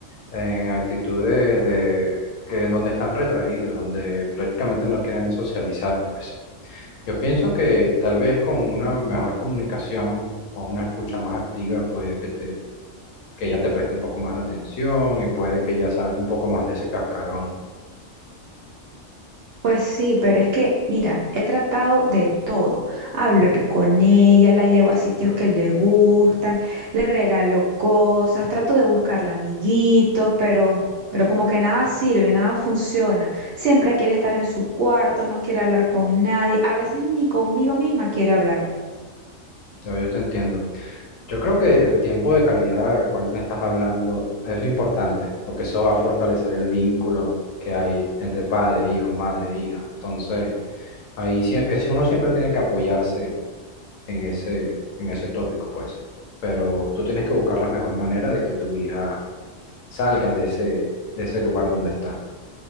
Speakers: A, on the left; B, on the right.
A: en actitudes de que donde están retraídos, donde prácticamente no quieren socializar, pues. Yo pienso que tal vez con una mejor comunicación o una escucha más activa puede que te, que ella te preste un poco más de atención y puede que ya salga un poco más de ese cascarón.
B: Pues sí, pero es que, mira, he tratado de todo. Hablo con ella, la llevo a sitios que le gustan, le regalo cosas, trato de buscarle amiguitos, pero, pero como que nada sirve, nada funciona. Siempre quiere estar en su cuarto, no quiere hablar con nadie, a veces ni conmigo misma quiere hablar.
A: Yo, yo te entiendo. Yo creo que el tiempo de calidad del cual me estás hablando es importante, porque eso va a fortalecer el vínculo que hay entre padre, hijo, madre, hija. Entonces, ahí sí, es- uno siempre tiene que apoyarse en ese, en ese tópico, pues. Pero tú tienes que buscar la mejor manera de que tu hija salga de ese, de ese lugar donde está.